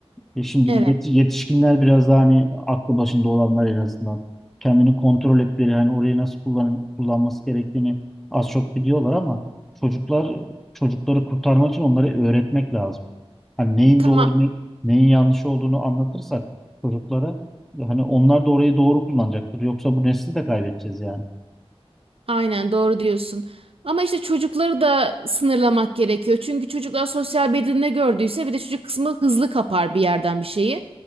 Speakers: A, in the centre; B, on the right.
A: E şimdi
B: Evet,
A: yet- yetişkinler biraz daha hani aklı başında olanlar en azından kendini kontrol etmeleri hani orayı nasıl kullanın, kullanması gerektiğini az çok biliyorlar ama çocuklar çocukları kurtarmak için onları öğretmek lazım. Hani neyin
B: tamam.
A: doğru ne, neyin yanlış olduğunu anlatırsak çocuklara hani onlar da orayı doğru kullanacaktır. Yoksa bu nesli de kaybedeceğiz yani.
B: Aynen doğru diyorsun. Ama işte çocukları da sınırlamak gerekiyor. Çünkü çocuklar sosyal medyada ne gördüyse bir de çocuk kısmı hızlı kapar bir yerden bir şeyi.